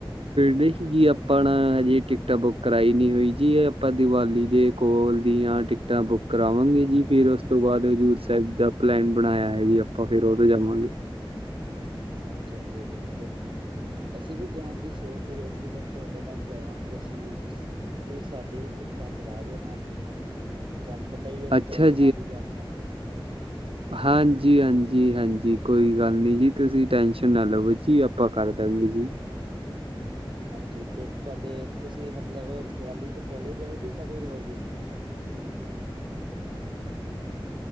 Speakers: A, on the right; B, on the right.
A: ਨਹੀਂ ਜੀ ਆਪਣਾ ਹਜੇ ਟਿਕਟਾਂ ਬੁੱਕ ਕਰਾਈ ਨਹੀਂ ਹੋਈ ਜੀ ਇਹ ਆਪਾਂ ਦੀਵਾਲੀ ਦੇ ਕੋਲ ਦੀਆਂ ਟਿਕਟਾਂ ਬੁੱਕ ਕਰਾਵਾਂਗੇ ਜੀ ਫਿਰ ਉਸ ਤੋਂ ਬਾਅਦ ਹਜ਼ੂਰ ਸਾਹਿਬ ਦਾ ਪਲੈਨ ਬਣਾਇਆ ਐ ਜੀ ਆਪਾਂ ਆਪਾਂ ਫੇਰ ਉਹਤੇ ਜਾਵਾਂਗੇ।
B: ਹਾਂਜੀ-ਹਾਂਜੀ ਬਿਲਕੁਲ ਜੀ। ਅਸੀਂ ਵੀ ਜਾਣ ਦੀ ਸੋਚ ਹੀ ਰਹੇ ਸੀ, ਫਿਰ ਤੁਹਾਡੇ ਨਾਲ ਜਾਵਾਂਗੇ ਅਸੀਂ ਵੀ ਤੁਸੀਂ ਸਾਡੀ ਵੀ ਟਿਕਟਾਂ ਕਰਾ ਦੇਣਾ। ਤੁਹਾਨੂੰ ਪਤਾ ਹੀ ਆ, ਅਸੀਂ
A: ਅੱਛਾ
B: ਤੁਹਾਡੇ ਨਾਲ ਈ ਜਾਂਦੇ ਆ।
A: ਹਾਂਜੀ-ਹਾਂਜੀ-ਹਾਂਜੀ। ਕੋਈ ਗੱਲ ਨੀ ਜੀ ਤੁਸੀਂ ਟੈਨਸ਼ਨ ਨਾ ਲਵੋ ਜੀ ਆਪਾਂ ਕਰ ਦਵਾਂਗੇ ਜੀ।
B: ਹਾਂਜੀ ਤੇ ਤੁਆਡੇ ਤੁਸੀਂ ਮਤਲਬ ਦੀਵਾਲੀ ਤੋਂ ਪਹਿਲਾਂ ਈ ਜਾਓਗੇ, ਕਦੋਂ ਜਾਓਗੇ?